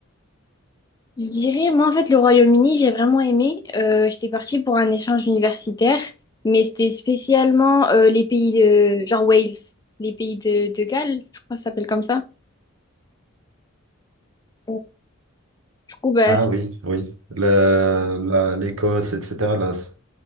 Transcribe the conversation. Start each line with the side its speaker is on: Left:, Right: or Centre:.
Left: Je dirais, moi en fait, le Royaume-Uni, j'ai vraiment aimé. Euh, j'étais partie pour un échange universitaire, mais c'était spécialement euh, les pays de, genre Wales, les pays de, de Galles, je crois que ça s'appelle comme ça. Euh, Du coup, bah,
Right: Ah
Left: ça
Right: oui, oui. Le- la- l'Écosse, etc. Là, c'est-